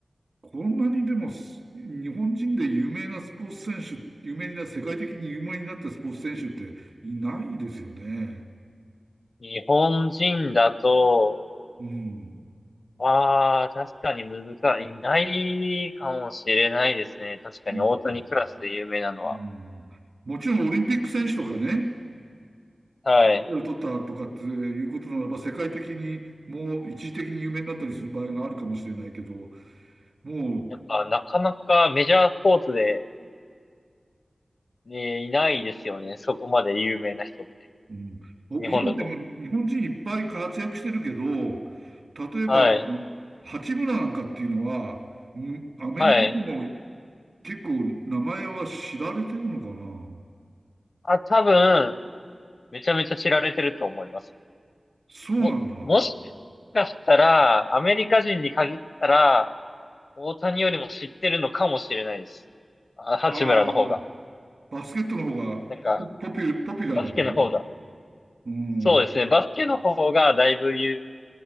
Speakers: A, on the right; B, on the left.
A: こんなにでもす、日本人で有名なスポーツ選手、有名にな、世界的に有名になったスポーツ選手っていないですよね。
B: 日本人だと、
A: うん。
B: ああ、確かに難しい。いないかもしれないですね。確かに大谷クラスで有名なのは。
A: うん。うんもちろんオリンピック選手とかね、
B: はい。
A: メダル取ったとかっていうことならば、世界的にもう一時的に有名になったりする場合があるかもしれないけど、もう、
B: やっぱなかなかメジャースポーツで、ね、いないですよね。そこまで有名な人って。
A: うん、お今でも日本人いっぱい活躍してるけど、
B: 日本だと。
A: 例えば、
B: はい。
A: あの八村なんかっていうのは、うんアメリカでも
B: はい。
A: 結構名前は知られてるのかな
B: あ、多分、めちゃめちゃ知られてると思います。
A: そうなんだ。
B: も、
A: あ
B: もしかしたら、アメリカ人に限ったら、大谷よりも知ってるのかもしれないです。あ、八村の方が。
A: あ、バスケットの方がポポピュ、
B: なんか、
A: ポピュラーだからね。
B: バスケの方が。
A: うん、
B: そうですね。
A: う
B: バスケの方がだいぶ有、